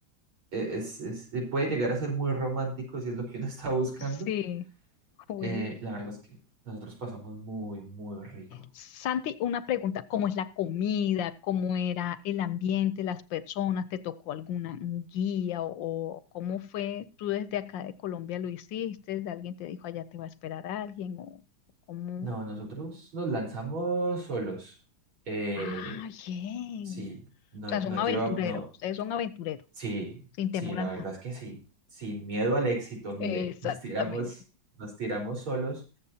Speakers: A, on the right; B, on the left.
A: e- es, es- eh, puede llegar a ser muy romántico si es lo que uno <laughs> está buscando.
B: sí, joder,
A: Eh, la verdad es que nosotros pasamos muy, muy rico.
B: Santi, una pregunta, ¿cómo es la comida? ¿Cómo era el ambiente, las personas? ¿Te tocó alguna un guía o, o cómo fue? ¿Tú desde acá de Colombia lo hiciste? ¿Alguien te dijo allá te va a esperar alguien? ¿O o cómo?
A: No, nosotros nos lanzamos solos. Eh,
B: Ah, bien.
A: Sí, no,
B: O sea,
A: no
B: son
A: lleva,
B: aventureros,
A: no,
B: ustedes son aventureros,
A: sí,
B: sin
A: sí,
B: temor
A: la
B: a nada.
A: verdad es que sí. Sin miedo al éxito, Mile.
B: Exactamente.
A: <laughs> Nos tiramos, nos tiramos solos.